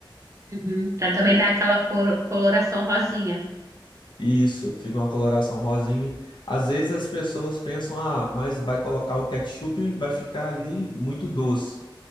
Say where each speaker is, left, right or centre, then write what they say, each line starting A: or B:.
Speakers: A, on the right; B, on the left.
A: Uhum. Pra também dar aquela cor- coloração rosinha.
B: E Isso, fica uma coloração rosinha. Às vezes as pessoas pensam, ah, mas vai colocar o ketchup, vai ficar ali muito doce.